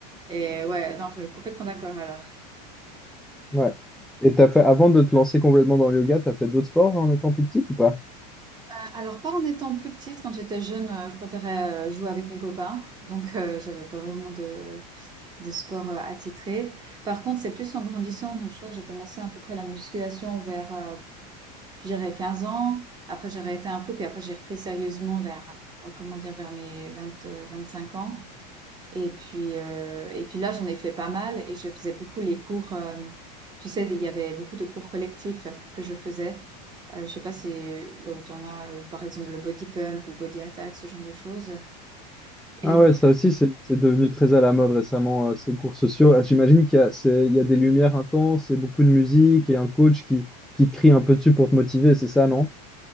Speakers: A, on the right (about 20°); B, in the centre.
A: Et ouais, non, je suis complètement d'accord alors.
B: Ouais. Et t'as fait, avant de te lancer complètement dans le yoga, t'as fait d'autres sports en étant plus petite ou pas?
A: Euh, Alors, pas en étant plus petite, quand j'étais jeune, euh, je préférais euh, jouer avec mes copains. Donc, euh, j'avais pas vraiment de, de sport euh, attitré. Par contre, c'est plus en grandissant. Donc, je crois que j'ai commencé à peu près la musculation vers, euh, j'irais 15 ans. Après, j'ai arrêté un coup, puis après, j'ai repris sérieusement vers, euh, comment dire, vers mes vingt, euh, cinq ans. Et puis, euh, et puis là, j'en ai fait pas mal et je faisais beaucoup les cours. euh, tu sais, il y avait beaucoup de cours collectifs que je faisais. Euh, je sais pas si là où tu en as, euh, par exemple, le body pump ou body attack, ce genre de choses. Et
B: Ah
A: puis,
B: ouais, ça aussi, c'est c'est devenu très à la mode récemment, euh, ces cours sociaux. Ah, J'imagine qu'il y a, c'est- il y a des lumières intenses et beaucoup de musique et un coach qui, qui crie un peu dessus pour te motiver, c'est ça, non?